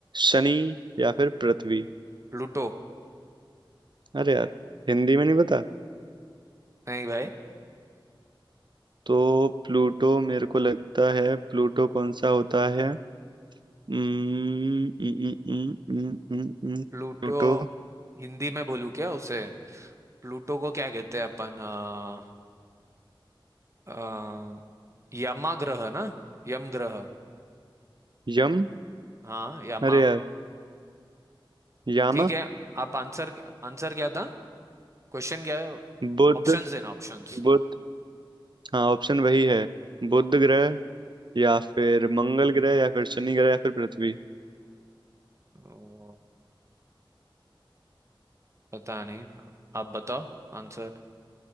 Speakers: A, on the right; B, on the right.
A: शनि या फिर पृथ्वी
B: प्लूटो
A: अरे यार हिंदी में नहीं पता
B: नहीं भाई
A: तो प्लूटो मेरे को लगता है प्लूटो कौन सा होता है उम्म, उम्म, उम्म, उम्म, उम्म, उम्म,
B: प्लूटो
A: प्लूटो
B: हिंदी में बोलूँ क्या उसे प्लूटो को क्या कहते हैं अपन आ, आ, यमा ग्रह ना यम ग्रह
A: यम
B: हाँ यमा
A: अरे यार यामा
B: ठीक है आप आंसर आंसर क्या था क्वेश्चन क्या है
A: बुध
B: ऑप्शंस देना ऑप्शंस
A: बुध हाँ ऑप्शन वही है बुध
B: हाँ।
A: ग्रह या फिर मंगल ग्रह या फिर शनि ग्रह या फिर पृथ्वी
B: ओ, पता नहीं आप बताओ आंसर